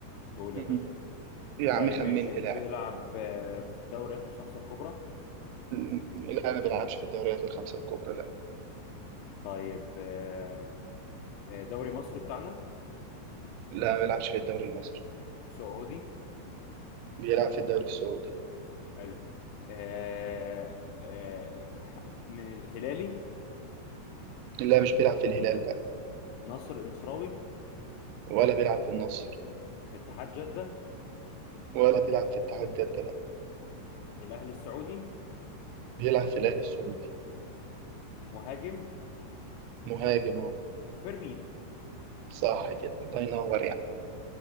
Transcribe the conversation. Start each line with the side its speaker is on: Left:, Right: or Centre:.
Left: قول
Right: مم.
Left: يا باشا
Right: يا
Left: طيب
Right: عم خمنت
Left: ماشي بيلعب
Right: لاعب
Left: آه، في الدوريات الخمسه الكبرى
Right: مم. لا ما بيلعبش في الدوريات الخمسه الكبرى لا
Left: طيب آه، آه، دوري مصر بتاعنا
Right: لا ما بيلعبش في الدوري المصري
Left: سعودي
Right: بيلعب في الدوري السعودي
Left: حلو آه، آه، ح- م- هلالي
Right: لا مش بيلعب في الهلال لا
Left: نصر النصراوي
Right: ولا بيلعب في النصر
Left: اتحاد جدة
Right: ولا بيلعب في اتحاد جده لا
Left: الاهلي السعودي
Right: بيلعب في الاهلي السعودي
Left: مهاجم
Right: مهاجم اهو
Left: فيرمينو
Right: صح كده الله ينور